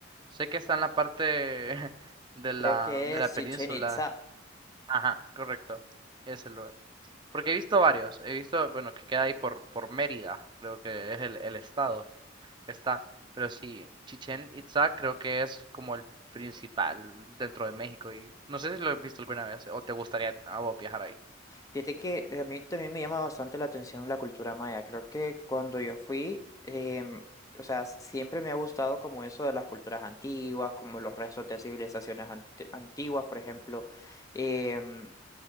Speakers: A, on the right (about 25°); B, on the left (about 15°).
A: Sé que está en la parte <laughs> de la,
B: Creo que
A: de
B: es
A: la
B: Chichen
A: península.
B: Itza.
A: Ajá, correcto. Ese lugar. Porque he visto varios. He visto, bueno, que queda ahí por, por Mérida, creo que es el, el estado que está. Pero sí, Chichén Itzá creo que es como el principal dentro de México. Y no sé si lo has visto alguna vez o te gustaría a vos viajar ahí.
B: Fíjate que a mí también me llama bastante la atención la cultura maya. Creo que cuando yo fui, em, o sea, siempre me ha gustado como eso de las culturas antiguas, como los restos de civilizaciones ante- antiguas, por ejemplo. Em,